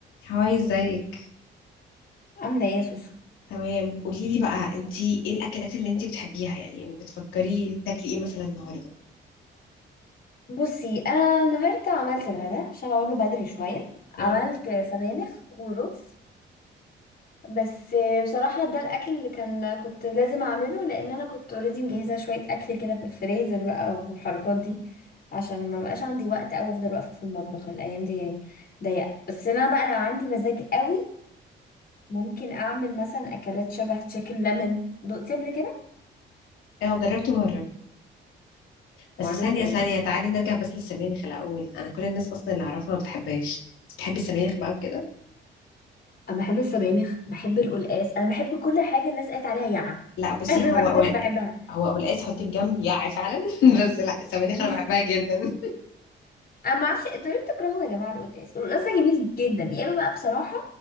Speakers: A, on the left; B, on the left.
A: هاي ازيك
B: عاملة ايه يا سوسو
A: تمام قولي لي بقى انتي ايه الاكلات اللي انتي بتحبيها يعني بتفكري تاكلي ايه مثلا النهارده
B: بصي انا النهاردة عملت الغداء عشان اقوله بدري شوية
A: امم
B: عملت سبانخ ورز بس بصراحة ده الاكل اللي كان كنت لازم اعمله لان انا كنت اوريدي مجهزة شوية اكل كده في الفريزر بقى والحركات دي عشان ما بقاش عندي وقت او افضل واقفة في المطبخ الايام دي ضيقة بس انا بقى لو عندي مزاج قوي ممكن اعمل مثلا اكلات شبه تشيكن ليمون دقتي قبل كده
A: اه جربته مره
B: وعجبك
A: بس ثانيه
B: ولا
A: ثانيه تعالي نرجع بس للسبانخ الاول انا كل الناس اصلا اللي اعرفها ما بتحبهاش بس بتحبي السبانخ بقى وكده
B: انا بحب السبانخ بحب القلقاس انا بحب كل حاجه الناس قالت عليها يعة
A: لا
B: <laughs>
A: بصي
B: انا الوحيده
A: هو أول...
B: اللي بحبها
A: هو قلقاس حطيه في جنب يعي فعلا <laughs> بس لا السبانخ
B: <laughs>
A: انا بحبها جدا
B: انا ما اعرفش انتوا ليه بتكرهوا يا جماعه القلقاس القلقاس ده جميل جدا يا اما بقى بصراحه